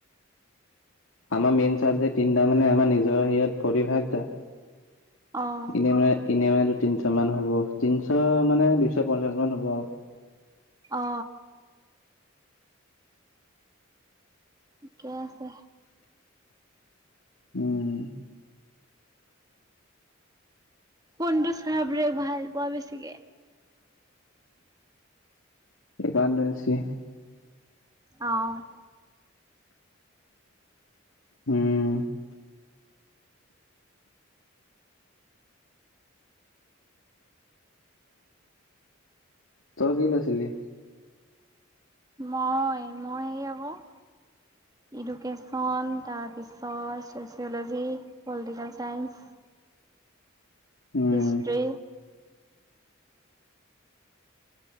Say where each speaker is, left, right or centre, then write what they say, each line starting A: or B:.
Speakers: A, on the left; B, on the right.
A: আমাৰ মেইন চাবজেক্ট তিনিটা মানে আমাৰ নিজৰ হেইয়ত ফৰ্টি ফাইভতা।
B: অ
A: এনে মানে এনে মানেটো তিনিশ মান হ'ব তিনশ মানে দুইশ পঞ্চাশ মান হ'ব আৰু।
B: অ অ। ঠিকে আছে।
A: উম।
B: কোনটো চাবজেক্ট ভাল পোৱা বেছিকে?
A: একাউণ্টেঞ্চি।
B: অ'।
A: উম। তই কি লৈছিলি?
B: মই মই হে আক। ইডুকেশ্যন তাৰপিছত ছ'চিয়'লজি। Political science.
A: উম
B: হিষ্ট্ৰী।